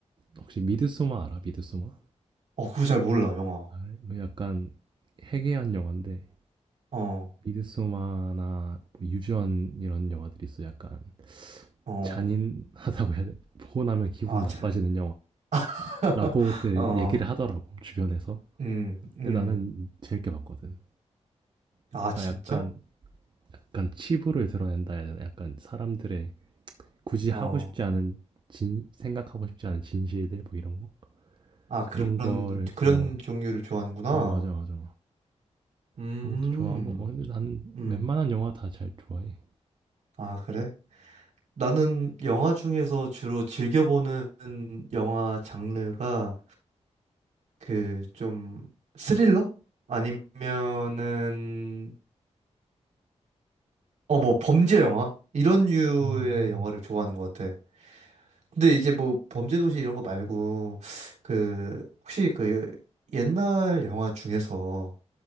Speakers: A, on the right (about 45°); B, on the right (about 90°).
A: 혹시 미드소마 알아? 미드소마?
B: 어, 그거 잘 몰라, 영화.
A: 아, 그래? 그 약간 해괴한 영화인데,
B: 어,
A: 미드소마나 뭐 유전 이런 영화들이 있어. 약간
B: 어.
A: 잔인하다고 해야 돼. 보고 나면 기분
B: 아,
A: 나빠지는
B: 참. <laughs>
A: 영화라고들
B: 어,
A: 얘기를 하더라고, 주변에서.
B: 음, 음.
A: 근데 나는 재밌게 봤거든.
B: 아,
A: 그러니까
B: 진짜?
A: 약간 약간 치부를 드러낸다 해야 되나? 약간 사람들의 굳이
B: 어.
A: 하고 싶지 않은 진 생각하고 싶지 않은 진실들 뭐 이런 거
B: 아, 그런,
A: 그런 걸
B: 그런
A: 어
B: 종류를 좋아하는구나.
A: 어 맞아 맞아
B: 음,
A: 그런 것도 좋아하고 막 근데 난
B: 음.
A: 웬만한 영화 다 잘 좋아해
B: 아, 그래? 나는 영화 중에서 주로 즐겨보는 영화 장르가 그 좀 스릴러? 아니면은 어, 뭐 범죄 영화? 이런 류의
A: 어 아 음
B: 영화를
A: 아 어
B: 좋아하는 것 같아. 근데 이제 뭐 범죄도시 이런 거 말고 그 혹시 그 옛날 영화 중에서